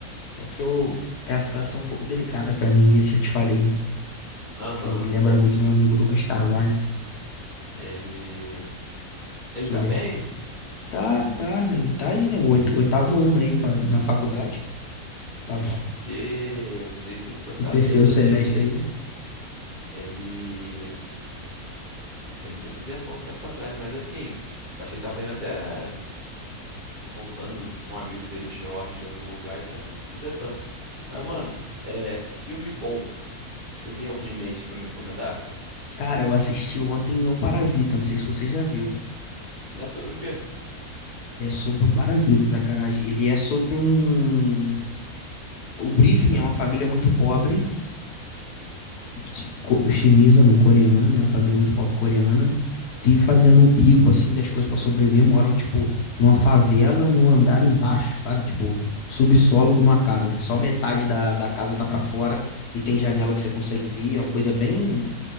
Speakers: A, on the left (about 85°); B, on the right (about 35°).
A: É que eu, é a situação um pouco delicada pra mim, ele já te falei, né,
B: Aham.
A: que lembra muito meu amigo Lucas Carvalho,
B: Ele. Ele
A: que
B: tá
A: ele
B: bem?
A: é, tá, tá, ele tá aí, né, o oit- oitavo ano aí pra, na faculdade, tá
B: É porque. eu Não sei se você ficou sabendo.
A: no terceiro semestre
B: Ele.
A: ainda.
B: Ele. Ele se acidentou um tempo atrás, mas assim. Eu acho que ele tava indo até. Voltando com um amigo dele, George, de algum lugar, e se acabou se acidentando. Mas, mano, é... filme bom. Você tem algum em mente pra me recomendar?
A: Cara, eu assisti ontem O Parasita, não sei se você já viu.
B: Não é sobre o quê?
A: É sobre um parasita, sacanagem. Ele é sobre um. O briefing é uma família muito pobre, de- co- chinesa, não coreana, né? Uma família muito pobre coreana. Vive fazendo o bico, assim, das coisas pra sobreviver. Moram, tipo, numa favela, num andar embaixo, sabe? Tipo, subsolo de uma casa, que só metade da, da casa tá pra fora e tem janela que você consegue ver. É uma coisa bem,